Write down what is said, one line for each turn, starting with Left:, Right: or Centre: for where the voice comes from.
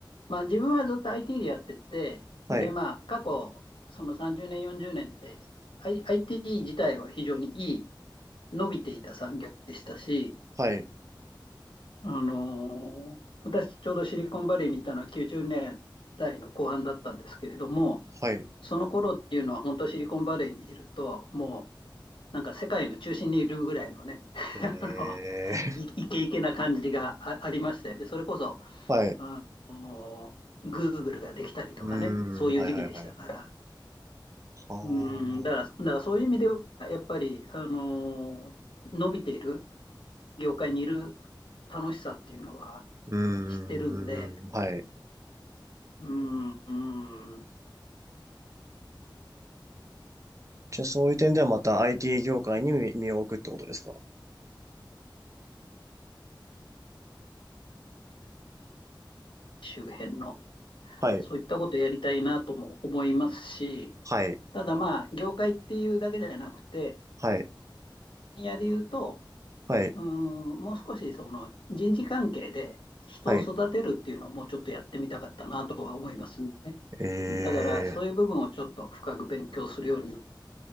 Left: まあ、自分はずっと IT でやってて、
Right: はい。
Left: で、まあ、過去、その30年、40年って、I、IT 自体は非常にいい、伸びていた産業でしたし、
Right: はい。
Left: あのー私、ちょうどシリコンバレーにいたのは90年代の後半だったんですけれども、
Right: はい。
Left: その頃っていうのは、本当シリコンバレーにいると、もう、なんか世界の中心にいるぐらいのね、<laughs>
Right: ええ
Left: あの、イケイケな感じがあありましたよね。それこそ、
Right: はい。う
Left: あの、Google ができたりとかね、
Right: ーん、
Left: そういう時期でしたから。
Right: はいはいはい。ああ、
Left: うん、
Right: う
Left: だから、だからそういう意味では、やっぱり、あの、伸びている業界にいる楽しさっていうのは
Right: ーん、
Left: 知ってるんで、
Right: はい。
Left: うん、うん、
Right: じゃあそういう点ではまた IT 業界に身身を置くってことですか
Left: 周辺の、
Right: はい、
Left: そういったことをやりたいなとも思いますし、
Right: はい、
Left: ただまあ、業界っていうだけじゃなくて、
Right: はい、
Left: 分野で言うと、
Right: はい、
Left: うん、もう少しその人事関係で人を育てるっていうのをもうちょっとやってみたかったなとは思いますね。
Right: はい。ええ
Left: だから、そういう部分をちょっと深く勉強するように